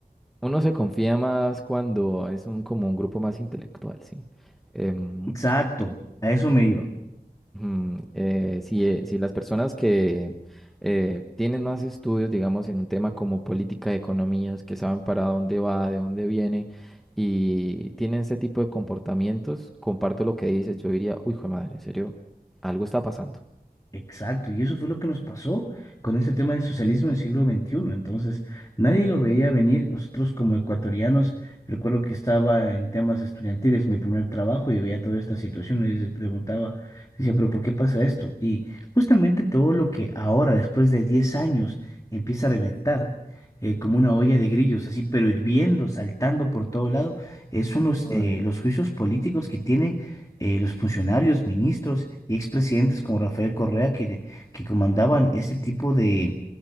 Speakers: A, in the centre; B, on the left (about 20°).
A: uno se confía más cuando es un, como un grupo más intelectual, ¿sí? Em,
B: exacto. A eso me iba.
A: Mm, eh, si, eh, si las personas que eh, tienen más estudios, digamos, en un tema como política de economías, que saben para dónde va, de dónde viene, y tienen ese tipo de comportamientos, comparto lo que dices, yo diría, uy, hijo de madre, en serio, algo está pasando.
B: Exacto, y eso fue lo que nos pasó con ese tema del socialismo del siglo XXI. Entonces, nadie lo veía venir. Nosotros como ecuatorianos, recuerdo que estaba en temas estudiantiles, mi primer trabajo, y veía toda esta situación y les preguntaba, decía, pero ¿por qué pasa esto? Y justamente todo lo que ahora, después de 10 años, empieza a reventar eh, como una olla de grillos, así, pero hirviendo, saltando por todo lado, eh, son los,
A: Uy,
B: eh, los juicios políticos que tienen eh, los funcionarios, ministros y expresidentes como Rafael Correa que, que comandaban este tipo de